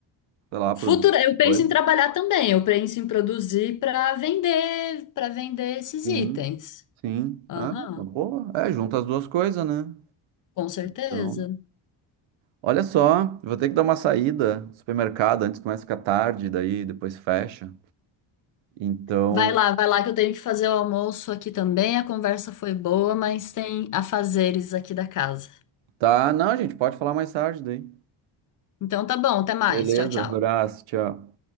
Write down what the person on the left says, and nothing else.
Futuro,
eu penso
em trabalhar também, eu penso em produzir para vender, para vender esses
itens.
Aham,
com certeza.
Vai lá, vai lá que eu tenho que fazer o almoço aqui também. A conversa foi boa, mas tem afazeres aqui da casa.
Então tá bom, até mais.
Tchau, tchau.